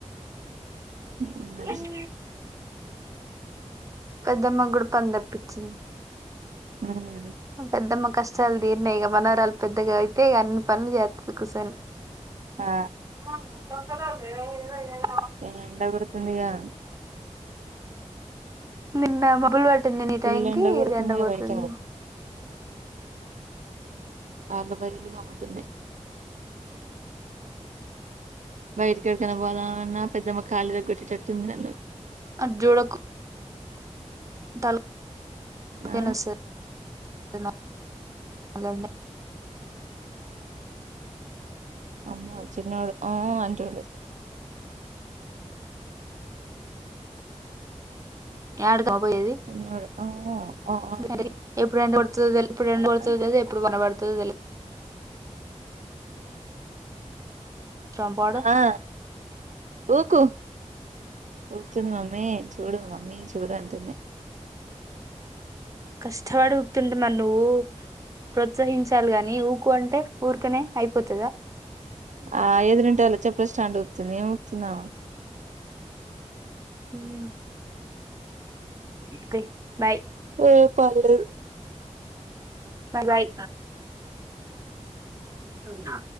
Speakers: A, on the right (about 85°); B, on the right (about 25°).
A: ఉహ్ మంచి
B: ఈ పెద్దమ్మ కూడా పని తప్పించింది.
A: హ్మ్
B: పెద్దమ్మ కష్టాలు తీరినాయి గా మనవరాలు పెద్దగా అయితే ఇక అన్ని పనులు చెత్తాది కుసోనీ
A: ఆ
B: <unintelligible>
A: హ్మ్ బెదురుతుందిగా అని
B: నిన్న మొదలు నిన్న ఈ
A: ఫుల్
B: టైంకి
A: కొడుతుందిగా
B: ఎండ కొడుతుంది
A: బయట కళ్లు బైర్లు కమ్ముతున్నయి బయటకి ఎక్కడికైన పోదామన్న పెద్దమ్మ కాళ్ళు ఇరగ కొట్టేటట్టుంది నన్ను
B: అట జుడకు తలకాయ
A: ఆ
B: నొస్తాది <unintelligible> బలే ఉంది
A: అమ్మో చిన్నోడు ఆ అంటుండు
B: యాడికి అవ్వ పోయేది
A: చిన్నోడు ఆ
B: మరి
A: అంటాడు
B: ఎప్పుడు ఎండ పడుతుందో తెలిద్ ఎప్పుడు ఎండ
A: ఆ
B: పడుతుందో తెలియద్ ఎప్పుడు వాన పడుతుందో తెలియద్ అవసరమా పోవడం
A: ఆ ఊకో ఊపూతుంది మమ్మీ చూడు మమ్మీ చూడు అంటుంది
B: కష్టపడి ఊపుతుండే మరి నువ్వు ప్రోత్సహించాలి గాని ఊకో అంటె ఊరికనే అయిపోతాద
A: ఆ ఎదురింటోళ్ళ చెప్పుల స్టాండ్ ఊపుతుంది ఏం ఊపుతుంద ఆమె
B: హ్మ్ తి బాయ్
A: ఏ పాలు
B: మ బాయ్ అవునా